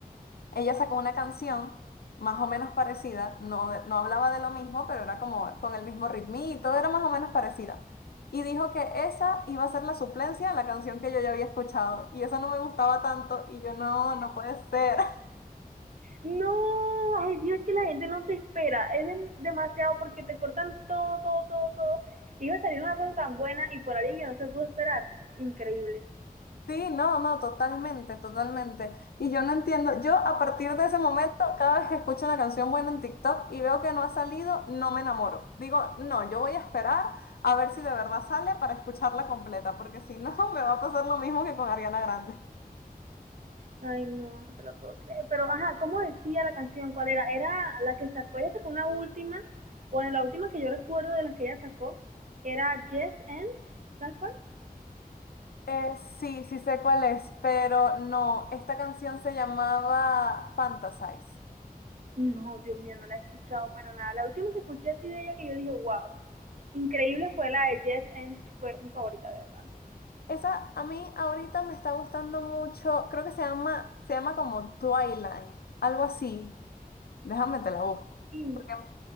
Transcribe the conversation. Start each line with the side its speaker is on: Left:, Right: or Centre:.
Left: ella sacó una canción más o menos parecida, no, de- no hablaba de lo mismo, pero era como con el mismo ritmito, era más o menos parecida. Y dijo que esa iba a ser la suplencia a la canción que yo ya había escuchado. Y esa no me gustaba tanto. Y yo, no, no puede ser. <laughs>
Right: No, ay Dios, que la gente no se espera. Es dem- demasiado porque te cortan todo, todo, todo, todo. Iba a salir una cosa tan buena y por alguien que no se pudo esperar. Increíble.
Left: Sí, no, no, totalmente, totalmente. Y yo no entiendo, yo a partir de ese momento, cada vez que escucho una canción buena en TikTok y veo que no ha salido, no me enamoro. Digo, no, yo voy a esperar a ver si de verdad sale para escucharla completa, porque si no, <laughs> me va a pasar lo mismo que con Ariana Grande.
Right: Ay, no, no te lo puedo creer. Pero, ajá, ¿cómo decía la canción? ¿Cuál era? Era la que sacó, ella sacó una última, bueno, la última que yo recuerdo de las que ella sacó, era Yes and, ¿sabes cuál?
Left: Eh, sí, sí sé cuál es, pero no, esta canción se llamaba Fantasize.
Right: No, Dios mío, no la he escuchado para nada. La última que escuché así de ella que yo dije, wow, increíble fue la de Yes and, fue mi favorita de verdad.
Left: Esa a mí ahorita me está gustando mucho, creo que se llama, se llama como Twilight, algo así. Déjame te la busco.
Right: Mm,
Left: porque